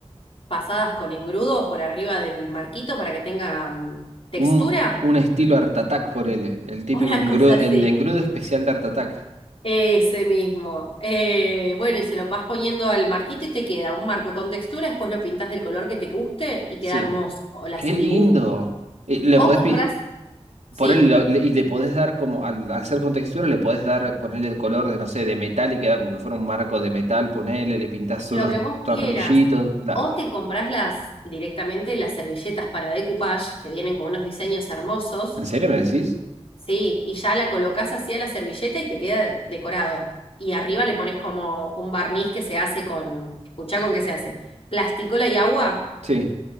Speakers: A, on the left; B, on the right.
A: pasadas con engrudo por arriba del marquito para que tenga mm, textura,
B: Un, un estilo Art Attack, por él,
A: <laughs>
B: el típico
A: una
B: engrudo,
A: cosa
B: el
A: así.
B: engrudo especial de Art Attack.
A: Ese mismo. Eh, bueno, y se lo vas poniendo al marquito y te queda un marco con textura, después lo pintas del color que te guste y queda
B: Sí.
A: hermoso. O le
B: ¡Qué
A: haces
B: lindo!
A: dibujo.
B: Y le
A: O
B: podés
A: compras,
B: pi-
A: sí,
B: ponerle, lo- le- y le podés dar como, al hacer con textura, le podés dar, ponerle el color de, no sé, de metal y queda como que fuera un marco de metal, ponele, le pintás
A: lo
B: unos
A: que vos
B: tornillitos.
A: quieras.
B: la-
A: O te compras las directamente las servilletas para decoupage, que vienen con unos diseños hermosos,
B: ¿En serio me decís?
A: sí, y ya la colocas así a la servilleta y te queda decorado. Y arriba le pones como un barniz que se hace con, escuchá con qué se hace, plasticola y agua.
B: Sí.